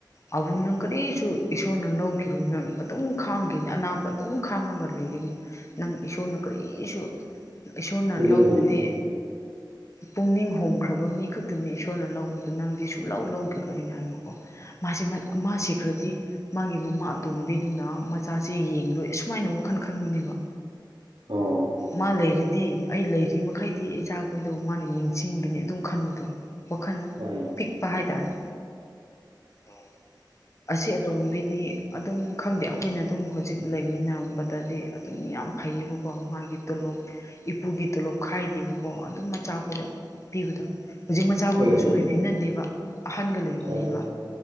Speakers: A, on the left; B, on the right.
A: ꯑꯕꯨ ꯅꯪ ꯀꯔꯤꯁꯨ ꯏꯁꯣꯔꯅ ꯂꯧꯈꯤꯔꯣ ꯅꯪ ꯑꯗꯨꯝ ꯈꯥꯡꯒꯦꯅꯤ ꯑꯅꯥꯕ ꯑꯗꯨꯝ ꯈꯥꯡꯉꯒ ꯂꯩꯒꯅꯤ ꯅꯪ ꯏꯁꯣꯔꯅ ꯀꯔꯤꯁꯨ ꯏꯁꯣꯔꯅ
B: ꯎꯝ
A: ꯂꯧꯕꯗꯤ ꯄꯨꯛꯅꯤꯡ ꯍ ꯎꯈ꯭ꯔꯕ ꯃꯤ ꯈꯛꯇꯅꯤ ꯏꯁꯣꯔꯅ ꯂꯧꯕꯗꯣ ꯅꯪꯗꯤ ꯁꯨꯡꯂꯧ ꯂꯧꯈꯤꯔꯣ ꯑꯅ ꯍꯥꯏꯕꯀꯣ ꯃꯥꯁꯤ ꯃꯥ ꯁꯤꯈ꯭ꯔꯗꯤ ꯃꯥꯒꯤ ꯃꯃꯥ ꯑꯇꯣꯝꯕꯤꯗꯨꯅ ꯃꯆꯥꯁꯤ ꯌꯦꯡꯂꯣꯏ ꯑꯁꯨꯃꯥꯏꯅ ꯋꯥꯈꯜ ꯈꯟꯕꯅꯦꯕ
B: ꯑꯣ
A: ꯃꯥ ꯂꯩꯔꯗꯤ ꯑꯩ ꯂꯩꯔꯤ ꯃꯈꯩꯗꯤ ꯏꯆꯥꯈꯣꯏꯗꯣ ꯃꯥꯅ ꯌꯦꯡꯁꯤꯡꯟꯕꯅꯦꯅ ꯑꯗꯨꯝ ꯈꯟꯕꯗꯣ ꯋꯥꯈꯜ
B: ꯑꯣ
A: ꯄꯤꯛꯄ ꯍꯥꯏꯇꯥꯔꯦ ꯑꯣ ꯑꯁꯤ ꯑꯇꯣꯝꯕꯤꯗꯤ ꯑꯗꯨꯝ ꯈꯪꯗꯦ ꯑꯩꯈꯣꯏꯅ ꯑꯗꯨꯝ ꯍꯧꯖꯤꯛ ꯂꯩꯃꯤꯟꯅꯕꯗꯗꯤ ꯑꯗꯨꯝ ꯌꯥꯝ ꯐꯩ ꯂꯩꯩꯌꯦꯕꯀꯣ ꯃꯥꯒꯤ ꯇꯣꯂꯣꯞ ꯏꯄꯨꯒꯤ ꯇꯣꯂꯣꯞ ꯈꯥꯏꯗꯦꯕꯀꯣ ꯑꯗꯨꯝ ꯃꯆꯥꯈꯗ ꯄꯤꯕꯗꯣ ꯍꯧꯖꯤꯛ ꯃꯆꯥꯈꯣꯏꯒꯁꯨ
B: ꯎꯝ
A: ꯂꯩꯃꯤꯟꯅꯗꯦꯕ ꯑꯍꯟꯒ ꯂꯩꯃꯤꯟꯅꯩꯕ
B: ꯑꯣ